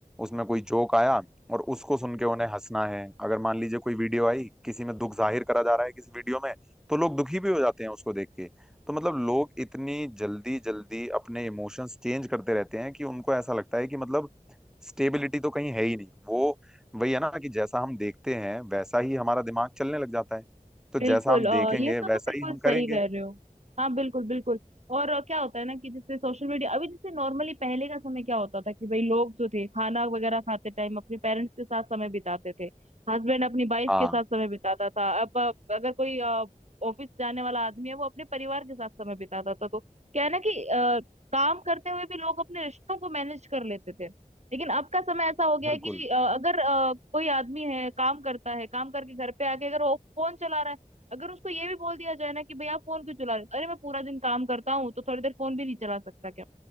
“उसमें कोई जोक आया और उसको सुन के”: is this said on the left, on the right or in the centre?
Centre